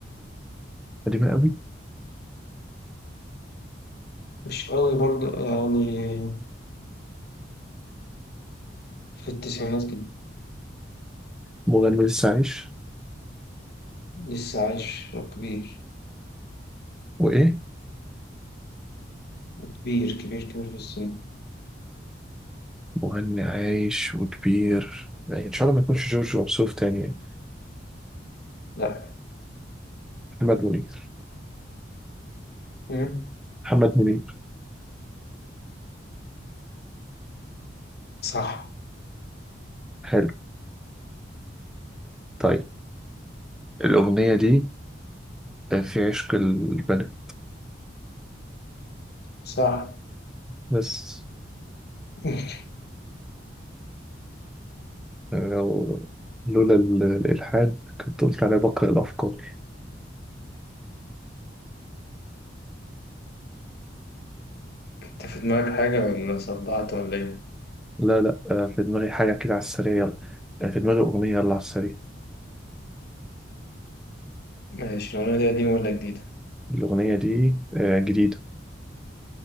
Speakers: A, in the centre; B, on the left.
A: قديمه قوي
B: مش قوي برضه يعني في التسعينات كده
A: مغني لسه عايش
B: لسه عايش وكبير
A: وايه
B: كبير كبير كبير في السن
A: مغني عايش وكبير يعني ان شاء الله ما يكونش جورج وسوف تاني يعني
B: لأ
A: محمد منير
B: مم.
A: محمد منير
B: صح
A: حلو طيب الأغنية دي في عشق البنات
B: صح
A: بس
B: <laughs>
A: لو لولا ال- الإلحاد كنت قلت عليها بقرأ الأفكار
B: أنت في دماغك حاجة ولا صدعت ولا إيه؟
A: لا لا آه، في دماغي حاجة كده على السريع يلا آه، في دماغي أغنية يلا على السريع
B: ماشي الأغنية دي قديمة ولا جديدة؟
A: الأغنية دي آه، جديدة